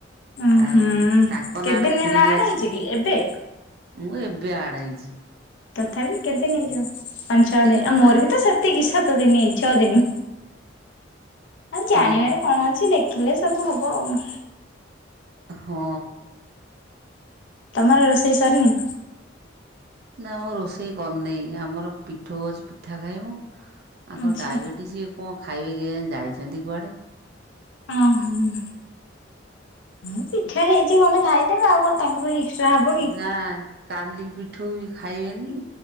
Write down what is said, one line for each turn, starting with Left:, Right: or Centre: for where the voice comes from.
Left: ଅ
Right: ଆଉ
Left: ହୁଁ
Right: ତାଙ୍କ
Left: କେତେ
Right: ନାଁ ଟା
Left: ଦିନ
Right: ଫିଡିଙ୍ଗ
Left: ହେଲା ଆଡ
Right: ଅଛି।
Left: ହେଇଛି କି ଏବେ
Right: ମୁଁ ଏବ୍ ବେ ଆଡ ହେଇଚି।
Left: ତଥାପି କେତ ଦିନ ହେଇ ଯିବ। ପାଞ୍ଚ ଛଅ
Right: ଏଇ
Left: ଦିନ ଆ ମୋର
Right: ପା
Left: ବି ତ ସେତିକି ସେତ୍ ସାତ ଦିନ ଏଇ ଛଅ ଦିନ ଆରେ ଜାଣିବାରେ
Right: ହଁ
Left: କଣ ଅଛି। ଦେଖ୍ ଲେ ସବୁ ହବ ଆଉ।
Right: ହଁ
Left: ତମର ରୋଷେଇ ସାରନି?
Right: ନା ମୁଁ ରୋଷେଇ କରିନି ଆମର ପିଠୋଉ ଅଛି ପିଠା ଖାଇବୁ। ଆଙ୍କ
Left: ଆଚ୍ଛା
Right: ଡାଇବେଟିସ୍ ଇଏ କଣ ଖାଇବେ କେଜାନି ଯାଇଚନ୍ତି କୁଆଡ଼େ?
Left: ଓଃହୁଁ ହଁ ପିଠା ହେଇଚି ଖଣ୍ଡେ ଖାଇଦେବେ। ଆଉ କଣ ତାଙ୍କ ପାଇଁ ଏକ୍ସଟ୍ରା ହବ କି
Right: ନା କାଲି ପି ଠୁଉ ବି ଖାଇବେନି